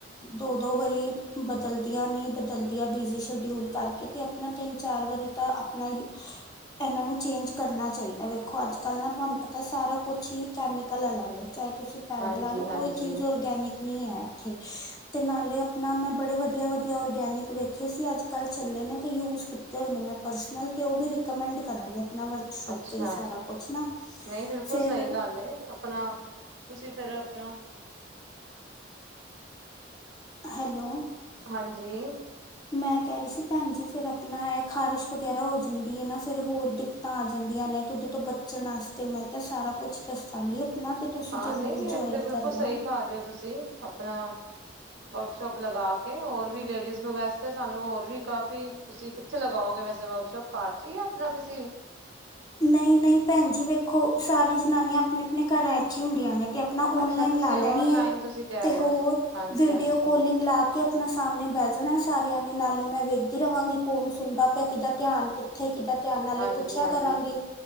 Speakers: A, on the left; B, on the right.
A: ਦੋ ਦੋ ਵਾਰੀ ਬਦਲਦੀਆਂ ਨੀ ਬਦਲਦੀਆਂ ਬਿਜ਼ੀ ਸ਼ਡਿਊਲ ਕਰਕੇ ਤੇ ਆਪਣਾ ਤਿੰਨ ਚਾਰ ਵਾਰੀ ਤਾਂ ਆਪਣਾ ਇਹਨਾਂ ਨੂੰ ਚੇਂਜ ਕਰਨਾ ਚਾਹੀਦਾ ਵੇਖੋ ਅੱਜ ਕੱਲ ਨਾ ਤੁਹਾਨੂੰ ਪਤਾ ਸਾਰਾ ਕੁਛ ਹੀ ਕੈਮਿਕਲ ਅਲਾਵਾ ਚਾਹੇ ਤੁਸੀਂ ਪੈਡ
B: ਹਾਂਜੀ
A: ਲਾ ਲਓ
B: ਹਾਂਜੀ
A: ਕੋਈ ਚੀਜ਼ ਔਰਗੈਨਿਕ ਹੈ ਇੱਥੇ ਤੇ ਨਾਲੇ ਆਪਣਾ ਮੈਂ ਬੜੇ ਵਧੀਆ ਵਧੀਆ ਔਰਗੈਨਿਕ ਵੇਖੇ ਸੀ ਅੱਜ ਕੱਲ ਚੱਲੇ ਨੇ ਤੇ ਯੂਜ ਕੀਤੇ ਹੋਏ ਨੇ ਮੈਂ ਪਰਸਨਲ ਤੇ ਉਹ ਵੀ ਰਿਕਮੈਂਡ ਕਰਾਂਗੀ ਨਾ ਵਰਕਸ਼ੋਪ
B: ਅੱਛਾ
A: ਤੇ ਸਾਰਾ ਕੁਛ ਨਾ
B: ਨਹੀਂ ਬਿਲਕੁਲ
A: ਫੇਰ
B: ਸਹੀ ਗੱਲ ਆਪਣਾ ਤੁਸੀਂ ਫੇਿਰ ਆਪਣਾ
A: ਹੈਲੋ
B: ਹਾਂਜੀ
A: ਮੈਂ ਕਹਿ ਰਹੀ ਸੀ ਭੈਣ ਜੀ ਫੇਿਰ ਆਪਣਾ ਇਹ ਖ਼ਾਰਿਸ਼ ਵਗੈਰਾ ਹੋ ਜਾਂਦੀ ਹੈ ਨਾ ਫੇਿਰ ਹੋਰ ਦਿੱਕਤਾਂ ਆ ਜਾਂਦੀਆਂ ਨੇ ਤੁ ਉਹਦੇ ਤੋਂ ਬਚਣ ਵਾਸਤੇ ਮੈਂ ਕਿਹਾ ਸਾਰਾ ਕੁਛ ਦੱਸਾਂਗੀ ਆਪਣਾ ਤੇ ਤੁਸੀਂ
B: ਹਾਂ
A: ਜ਼ਰੂਰ
B: ਨਹੀਂਥ
A: ਜੁਆਇਨ
B: ਬਿਲਕੁਲ
A: ਕਰਨਾ
B: ਸਹੀ ਕਰ ਰ ਹੋ ਤੁਸੀਂ ਆਪਣਾ ਵਰਕਸ਼ੋਪ ਲਗਾ ਕੇ ਹੋਰ ਵੀ ਲੇਡੀਜ਼ ਨੂੰ ਵੈਸੇ ਸਾਨੂੰ ਹੋਰ ਵੀ ਕਾਫੀ ਤੁਸੀਂ ਕਿੱਥੇ ਲਗਾਓਗੇ ਵੈਸੇ ਵਰਕਸ਼ੋਪ ਕਾਰ ਚ ਆਪਣਾ ਕਿਸੇ
A: ਨਹੀਂ ਨਹੀਂ ਭੈਣ ਜੀ ਵੇਖੋ ਸਾਰੀ ਜਨਾਨੀਆਂ ਆਪਣੇ ਆਪਣੇ ਘਰਾਂ ਵਿਚ ਹੀ ਹੁੰਦੀਆਂ ਨੇ ਆਪਣਾ ਓਨਲਾਈਨ
B: ਅੱਛਾ ਤੁਸੀਂ
A: ਲਾ ਲੈਣੀ
B: ਓਨਲਾਈਨ
A: ਹੈ
B: ਤੁਸੀਂ ਕਹਿ
A: ਤੇ
B: ਰਹੇ
A: ਹੋਰ
B: ਹੋ ਹਾਂਜੀ
A: ਵੀਡੀਓ
B: ਹਾਂਜੀ
A: ਕਾਲਿੰਗ ਲਾ ਕੇ ਆਪਣਾ ਸਾਹਮਣੇ ਬਹਿ ਜਾਣਾ ਸਾਰੇ ਨੇ ਨਾਲੇ ਮੈਂ ਵੇਖਦੀ ਰਹਾਂਗੀ ਕੌਣ ਸੁਣਦਾ ਪਿਆ ਕਿੱਦਾਂ ਧਿਆਨ ਕਿੱਥੇ ਕਿੱਦਾਂ ਿਆਨਾਂ ਨੇ
B: ਹਾਂਜੀ
A: ਪੁੱਛਿਆ
B: ਹਾਂਜੀ
A: ਕਰਾਂਗੀ